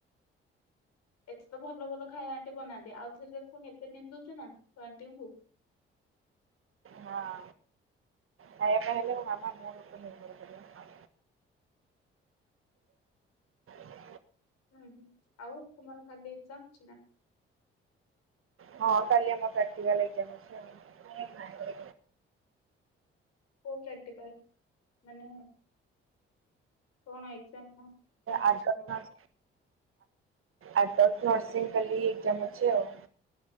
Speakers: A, on the left; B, on the right.
A: ଏତେ ତ ଭଲ ଭଲ ଖାଇବା ଆଣ୍ଟି ବନାନ୍ତି ଆଉ ଥରେ ପୁଣି ଏତେ ନିନ୍ଦୁଚୁ ନା ତୋ ଆଣ୍ଟି କୁ
B: ହଁ ନୟାନ୍ତ ହେଲେ ମୋ ମାମା ମୋ ଉପରେ ରାଗ କରିବ <unintelligible>
A: ହୁଁ ହୁଁ ଆଉ ତୁମର କାଲି ଏକ୍ଜାମ ଅଛି ନା
B: ହଁ କାଲି ଆମର ପ୍ରାକ୍ଟିକାଲ ଏକ୍ଜମ ଅଛି ଆଉ
A: କି ପ୍ରାକ୍ଟିକାଲ ମାନେ କଣ ଏକ୍ଜାମ ନା କଣ
B: ଆଠଟା
A: ଅଛି କଣ
B: ଦଶ ଆର୍ ଦଶ ନର୍ସିଂ କାଲି ଏକଜାମ ଅଛି ଆଉ